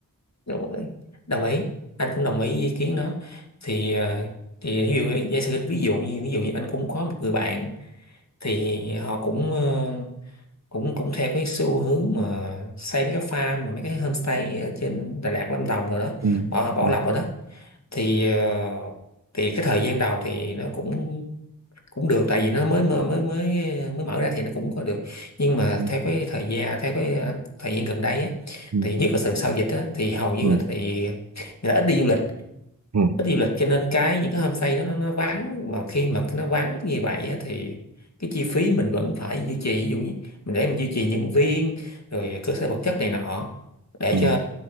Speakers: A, on the left; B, on the right.
A: rồi đồng ý anh cũng đồng ý với ý kiến đó thì ờ, thì ví dụ giả sử ví dụ như ví dụ như anh cũng có một người bạn thì họ cũng ờ, cũng cũng theo cái xu hướng mà xây mấy cái farm mà mấy cái homestay ở trên Đà Lạt Lâm Đồng rồi đó
B: ừ.
A: bỏ bỏ
B: Ừ.
A: lọc rồi đó thì ờ, thì cái thời gian đầu thì nó cũng cũng được tại vì nó mới mới mới mới mới mở ra thì nó cũng có được nhưng mà
B: Ừ.
A: theo cái thời gian theo cái ờ, thời gian gần đây á,
B: Ừ.
A: thì nhất là từ sau dịch á, thì hầu như
B: Ừ.
A: là thì người ta ít đi du lịch
B: Ừ.
A: ít đi du lịch cho nên cái những cái homestay nó nó nó vắng mà khi mà cái nó vắng như vậy á, thì cái chi phí mình vẫn phải duy trì ví dụ như mình để mình duy trì nhân viên rồi cơ sở vật chất này nọ để
B: Ừ.
A: cho